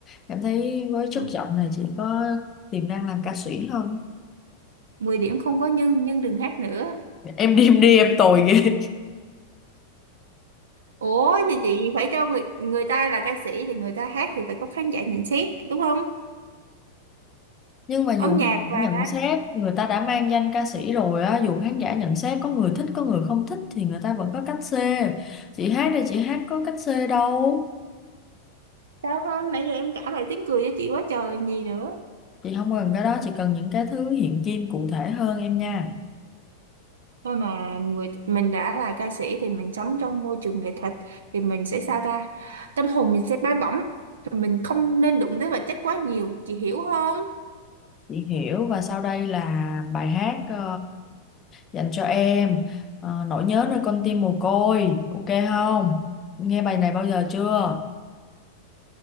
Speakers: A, on the left; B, on the right.
A: em thấy với chất
B: Ừ.
A: giọng này chị có tiềm năng làm ca sĩ không
B: mười điểm không có nhưng nhưng đừng hát nữa
A: em đi em đi em tồi ghê
B: ủa thì chị phải cho người người ta là ca sĩ thì người ta hát thì phải có khán giả nhận xét đúng không
A: nhưng mà
B: âm
A: dù
B: nhạc
A: khán
B: và
A: giả nhận xét người ta đã mang danh ca sĩ rồi á dù khán giả nhận xét có người thích có người không thích thì người ta vẫn có cách xê chị hát đây chị hát có cách xê đâu
B: sao không nãy giờ em trả lời tiếng cười cho chị quá trời còn gì nữa
A: chị không cần cái đó chị cần những cái thứ hiện kim cụ thể hơn em nha
B: thôi mà người mình đã là ca sĩ thì mình sống trong môi trường nghệ thuật thì mình sẽ sao ta tâm hồn mình sẽ bay bổng Thì mình không nên đụng tới vật chất quá nhiều chị hiểu không
A: chị hiểu và sau đây là bài hát ờ, dành cho em Ờ, nỗi nhớ nơi con tim mồ côi ok không nghe bài này bao giờ chưa